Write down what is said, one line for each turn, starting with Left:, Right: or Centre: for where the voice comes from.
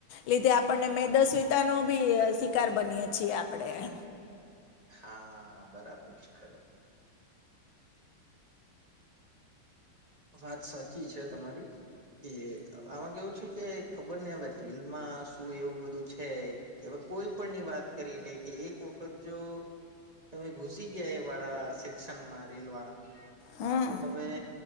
Left: લીધે આપણને મેદસ્વિતા નો ભી શિકાર બનીયએ છીએ આપણે <inaudible>
Right: હા બરાબર છે, બરાબર વાત સાચી છે, તમારી કે આમાં કેવું છે, કે ખબર નઈ હવે રિલમાં શું એવું બધું છે કે કોઈ પણ ની વાત કરી લે કે એક વખત જો તમે ઘુસી ગયા એ વાળા સેક્શનમાં રીલ વાળા
Left: હમ
Right: તો તમે